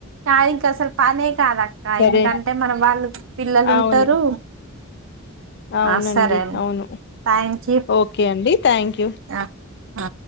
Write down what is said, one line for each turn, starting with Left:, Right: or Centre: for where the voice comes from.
Right: కానీ ఇంక అసలు పనే కాదు అక్క
Left: సరే
Right: ఎందుకంటే మనం వాళ్ళు పిల్లలు
Left: అవును
Right: ఉంటారు
Left: అవునండి
Right: ఆ సరే అండి
Left: అవును
Right: థ్యాంక్ యూ
Left: ఓకే అండి థ్యాంక్ యూ
Right: ఆ ఆ